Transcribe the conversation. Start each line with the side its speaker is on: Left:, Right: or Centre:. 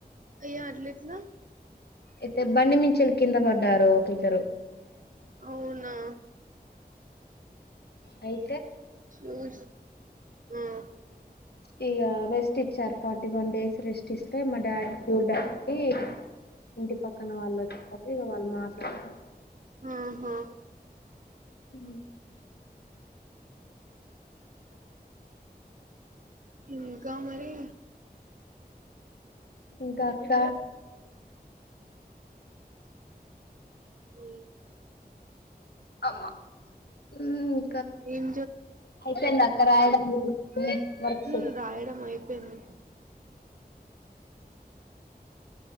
Right: అయ్యో అట్లెట్ల
Left: అయితే బండి మీ నుంచెల్లి కిింద పడ్డారు కిద్దరు
Right: అవునా
Left: అయి
Right: ఉహు ఉం
Left: ఇగా రెస్ట్ ఇచ్చారు ఫార్టీ వన్ డేస్ రెస్ట్ ఇస్తే మా డాడ్కి ఇంటి పక్కన వాళ్ళు వచ్చారు ఇక వాళ్ళు మాట్లాడతారు
Right: ఆహా
Left: ఉ <inaudible> <inaudible>
Right: ఇంకా మరి
Left: ఇంకా అక్క
Right: మీ
Left: అమ్మ ఉం
Right: ఏం
Left: అయిపోయిందక్క రాయడం అన్ని వర్క్స్
Right: ఉం రాయడం అయిపోయింది